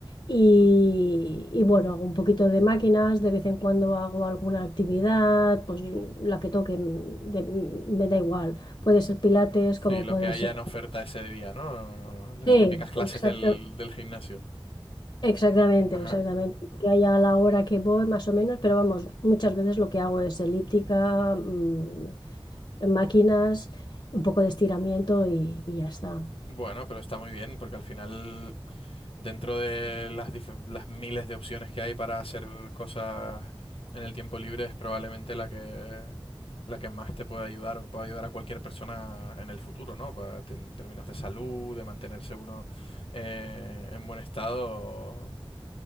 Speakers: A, on the left; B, on the left.
A: y, y, bueno, hago un poquito de máquinas, de vez en cuando hago alguna actividad, pues yo- la que toque, mm, de- mm, me da igual. Puede ser pilates,
B: Sí,
A: como
B: lo
A: puede
B: que haya
A: ser...
B: en oferta ese día, ¿no? Las
A: Sí,
B: típicas clases
A: exacto,
B: del, del gimnasio.
A: Exactamente,
B: Ajá.
A: exactamente. Que haya la hora que voy, más o menos, pero vamos, muchas veces lo que hago es elíptica, mm, máquinas, un poco de estiramiento y, y ya está.
B: Bueno, pero está muy bien, porque al final Dentro de las, dif- las miles de opciones que hay para hacer cosas en el tiempo libre, es probablemente la que, la que más te puede ayudar o que puede ayudar a cualquier persona en el futuro, ¿no? Pa- te- en términos de salud, de mantenerse uno eh, en buen estado,